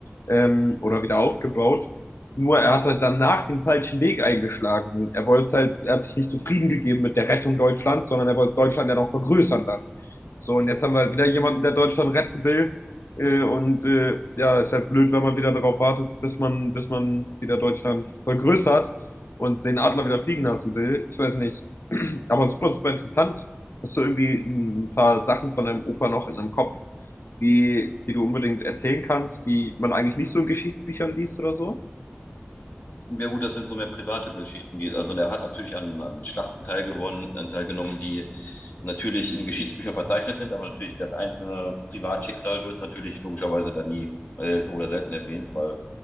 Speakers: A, on the left; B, on the left.
A: ähm, oder wieder aufgebaut. Nur er hat halt danach den falschen Weg eingeschlagen. Er wollte halt, er hat sich nicht zufrieden gegeben mit der Rettung Deutschlands, sondern er wollte Deutschland ja noch vergrößern dann. So, und jetzt haben wir halt wieder jemanden, der Deutschland retten will, äh, und äh, ja, ist halt blöd, wenn man wieder darauf wartet, bis man, bis man wieder Deutschland vergrößert und den Adler wieder fliegen lassen will. Ich weiß nicht. <clears throat> Aber super, super interessant, hast du irgendwie ein paar Sachen von deinem Opa noch in deinem Kopf, die, die du unbedingt erzählen kannst, die man eigentlich nicht so in Geschichtsbüchern liest oder so.
B: Ja gut, das sind so mehr private Geschichten, die, also er hat natürlich an, an Schlachten teilgewonnen, äh, teilgenommen, die natürlich in den Geschichtsbüchern verzeichnet sind, aber natürlich das einzelne Privatschicksal wird natürlich logischerweise da nie äh, so oder selten erwähnt, weil